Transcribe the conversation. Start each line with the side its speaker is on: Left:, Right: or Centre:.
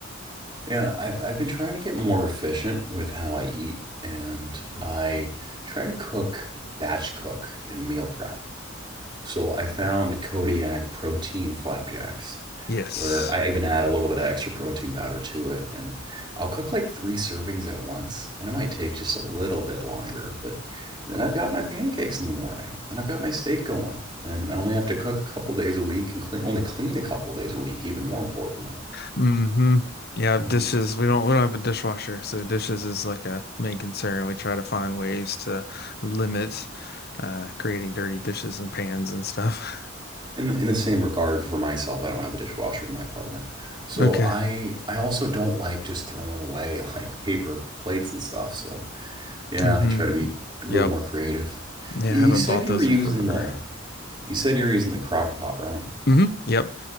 Right: Yeah, I, I've been trying to get more efficient with how I eat, and I try to cook batch cook and meal prep. So I found Kodiak protein flapjacks,
Left: Yes.
Right: where I even add a little bit of extra protein powder to it. And I'll cook like three servings at once, and it might take just a little bit longer, but then I've got my pancakes in the morning, and I've got my steak going, and I only have to cook a couple days a week and clean, only clean a couple days a week, even more importantly.
Left: hmm Yeah,
Right: Yeah.
Left: dishes. We don't we don't have a dishwasher, so dishes is like a main concern. We try to find ways to limit uh creating dirty dishes and pans and stuff. <laughs>
Right: In the, in the same regard for myself, I don't have a dishwasher in my apartment. So
Left: Okay.
Right: I I also don't like just throwing away <laughs> like paper plates and stuff. So yeah,
Left: hmm
Right: I try to be a little
Left: Yep.
Right: more creative.
Left: Yeah,
Right: You
Left: I haven't
Right: said
Left: bought
Right: you
Left: those
Right: were using
Left: in forever.
Right: the You said you're using the crock pot, right?
Left: hmm Yep.